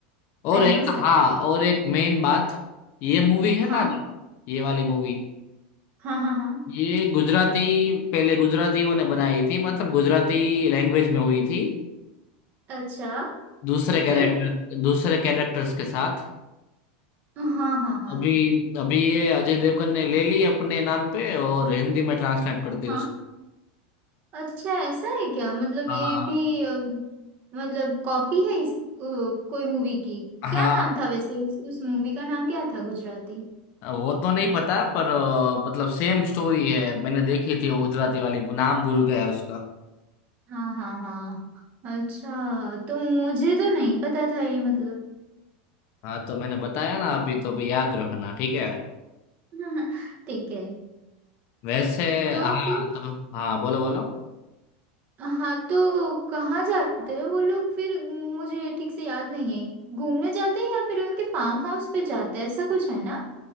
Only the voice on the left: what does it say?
और
एक
हाँ और एक मेन बात ये मूवी है
ना ये वाली मूवी
ये गुजराती पहले गुजरातियों ने बनाई थी मतलब गुजराती लैंग्वेज में हुई थी
दूसरे कैरेक्टर
दूसरे कैरेक्टर्स के साथ
अभी अभी ये अजय देवगन ने ले ली अपने नाम पे और हिंदी में ट्रांसलेट कर दी
उसको
हाँ
हाँ
वो तो नहीं पता पर अ, मतलब सेम स्टोरी है मैंने देखी थी वो गुजराती वाली नाम भूल गया उसका
हाँ तो मैंने बताया ना अभी तो अभी याद रखना ठीक है
वैसे
हाँ
तो हाँ बोलो बोलो